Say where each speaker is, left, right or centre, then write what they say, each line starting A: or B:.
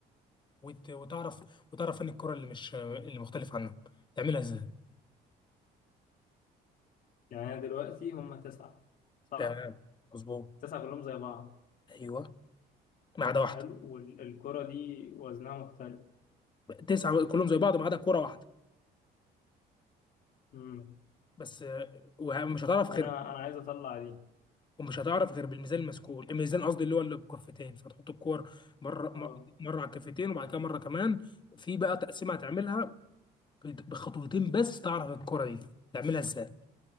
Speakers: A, on the left; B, on the left.
A: وت... وتعرف وتعرف فين الكوره اللي مش اللي مختلف عنها تعملها ازاي
B: يعني أنا دلوقتي هما تسعة صح؟
A: تمام مظبوط
B: تسعة كلهم زي بعض
A: ايوه ما عدا واحده
B: حلو والكرة دي وزنها مختلف
A: تسعه كلهم زي بعض ما عدا كوره واحده
B: مم.
A: بس آه، ومش هتعرف
B: وأنا
A: غير
B: أنا عايز أطلع دي
A: ومش هتعرف غير بالميزان المسكول الميزان قصدي اللي هو اللي بكفتين فتحط الكور مره
B: أه
A: م- مره على الكفتين وبعد كده مره كمان في بقى تقسيمه هتعملها بت- بخطوتين بس تعرف الكره دي تعملها ازاي